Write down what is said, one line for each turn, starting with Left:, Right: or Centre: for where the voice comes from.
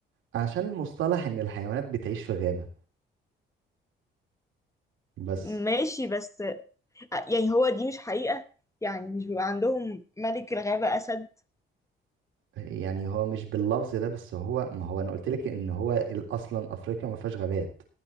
Right: عشان مصطلح إن الحيوانات بتعيش في غابة بس
Left: ماشي بس يعني هو دي مش حقيقه يعني مش بيبقى عندهم ملك الغابه اسد
Right: يعني هو مش باللفظ ده بس هو ما هو أنا قلتلك إن هو ال- أصلا أفريقيا ما فيهاش غابات